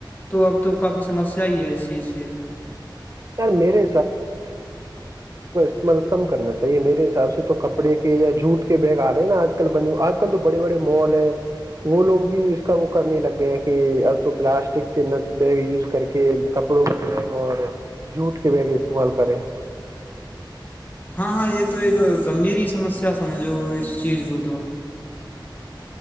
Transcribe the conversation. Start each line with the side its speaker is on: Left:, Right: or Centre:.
Left: تو اب تو کافی سمسیا ہی ہے اس چیز سے
Right: یار میرے ملکم کرنا چاہی صحی میرے حساب سے تو کپڑے کے یا جھوٹ کے بیگ آ رہے ہیں نا آج کل بنے آج کل تو بڑے بڑے مال ہیں وہ لوگ بھی اس کا وہ کرنے لگ گئے ہیں کہ اب تو پلاسٹک کے ن بیگ یوز کر کے کپڑوں کے بیگ اور جھوٹ کے بیگ استعمال کریں
Left: ہاں ہاں یہ تو ایک <inaudible> گمبھیر ہی سمسیا سمجھو اس چیز کو تو <inaudible>